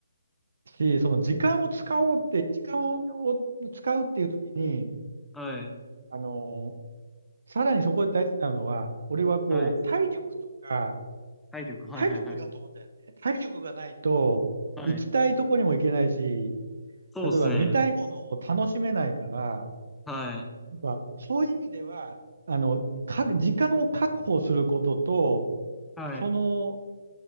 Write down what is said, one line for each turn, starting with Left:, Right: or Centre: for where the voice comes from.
Right: ーし、その時間を使おうって、時間を、を使うっていう時に、
Centre: はい。
Right: あのーさらにそこで大事なのは、俺はこう、
Centre: はい。
Right: 体力とか、
Centre: 体力。はいはいはい。
Right: 体力だと思うんだよね。体力がないと、
Centre: はい。
Right: 行きたいとこにも行けないし、
Centre: そうですね。
Right: 例えば見たいものを楽しめないから、
Centre: はい。
Right: なんか、そういう意味では、あの、か、時間を確保することと、
Centre: はい。
Right: その、